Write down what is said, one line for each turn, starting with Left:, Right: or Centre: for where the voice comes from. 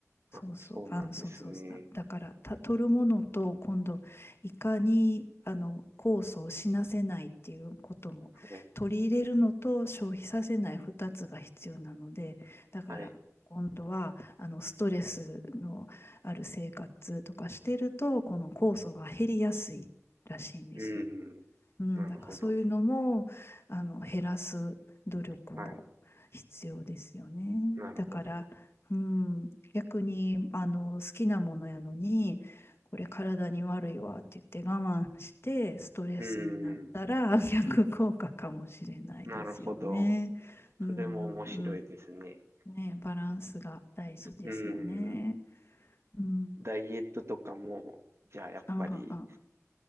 Left: そうそう、
Right: あ、そうなんですね。
Left: あの、そうそうそう。だから、た、取るものと、今度、いかに、あの、酵素を死なせないっていうことも、
Right: はい。
Left: 取り入れるのと消費させない2つが必要なので、だから、
Right: はい。
Left: 今度は、あの、ストレスのある生活とかしてると、この酵素が減りやすいらしいんですよ。
Right: うん。
Left: うん、
Right: なるほど。
Left: だからそういうのもあの減らす努力も必要ですよね。
Right: はい。なるほど。
Left: だから、うん、逆にあの好きなものやのにこれ体に悪いわって言って我慢してストレスになったら
Right: うん。
Left: <laughs> 逆効果かもしれないですよね。
Right: なるほど。それも面白いですね。
Left: うんうんうん。ね、バランスが大事ですよね。
Right: うん。
Left: うん。
Right: ダイエットとかも、じゃあやっぱり、
Left: ああ、ああ